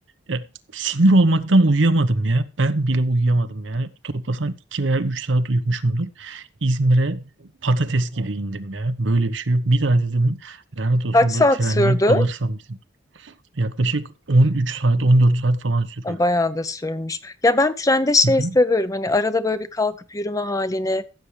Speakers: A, on the right (about 85°); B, on the left (about 20°).
A: Ya, sinir olmaktan uyuyamadım ya. Ben bile uyuyamadım yani. Toplasan 2 veya 3 saat uyumuşumdur. İzmir'e patates gibi indim ya. Böyle bir şey yok. Bir daha dedim lanet olsun
B: Kaç saat
A: böyle trenden
B: sürdü?
A: alırsam bizim. Yaklaşık 13 saat 14 saat falan sürüyor.
B: Ha, Bayağı da sürmüş. Ya ben trende şey
A: Hı
B: seviyorum.
A: hı.
B: Hani arada böyle bir kalkıp yürüme halini.